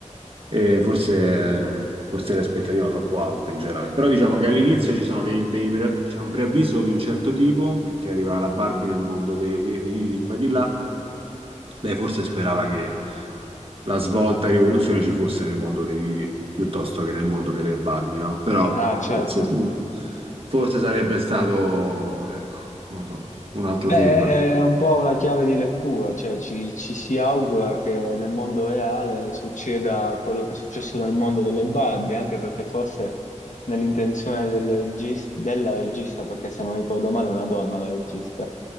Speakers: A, on the right; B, on the left.
A: e forse, forse le aspettative erano troppo alte in generale, però diciamo che all'inizio ci sono dei, dei pre- c'è un preavviso di un certo tipo, perché arriva la Barbie nel mondo dei, dei vivi di qua e di là, lei forse sperava che la svolta e rivoluzione ci fosse nel mondo dei vivi piuttosto che nel mondo delle Barbie, no? Però
B: Ah, certo.
A: sì. forse sarebbe stato, ecco, non lo so, un altro
B: Beh,
A: film.
B: è un po' una chiave di lettura, cioè ci, ci si augura che nel mondo reale succeda quello che è successo nel mondo delle Barbie, anche perché forse nell'intenzione del regis- della regista, perché se non ricordo male è una donna la regista,